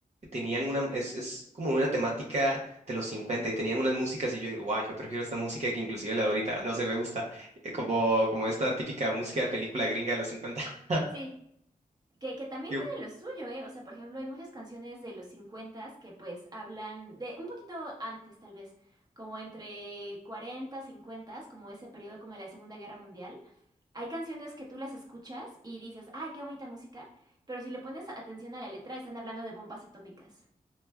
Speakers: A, on the right; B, on the right.
A: Tenían una, es, es como una temática de los 50 y tenían unas músicas y yo digo, wow, yo prefiero esta música que inclusive la de ahorita, no sé, me gusta, Eh, como, como esta típica música de película gringa de los cincuenta. <laughs>
B: Sí, Que, que también
A: Yo,
B: tienen lo suyo, ¿eh? O sea, por ejemplo, hay muchas canciones de los 50 que pues hablan de un poquito antes, tal vez, como entre 40, 50, como ese periodo como de la Segunda Guerra Mundial. Hay canciones que tú las escuchas y dices, ay, qué bonita música, pero si le pones atención a la letra, están hablando de bombas atómicas.